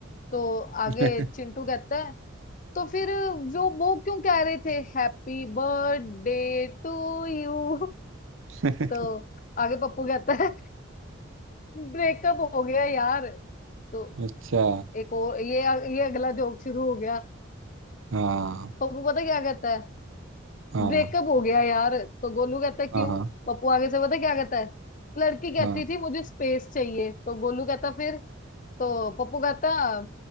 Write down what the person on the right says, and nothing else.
हम्म।
<laughs>
अच्छा
हाँ
हाँ
हाँ हाँ
हाँ